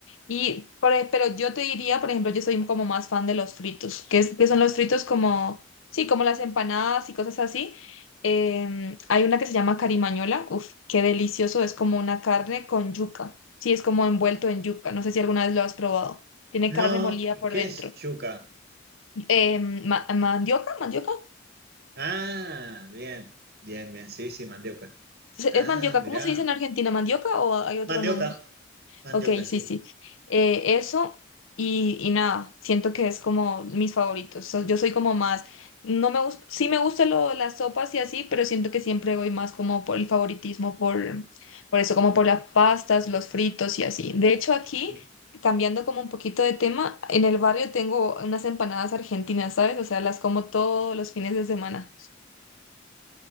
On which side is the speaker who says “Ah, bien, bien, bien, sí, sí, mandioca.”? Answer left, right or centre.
Right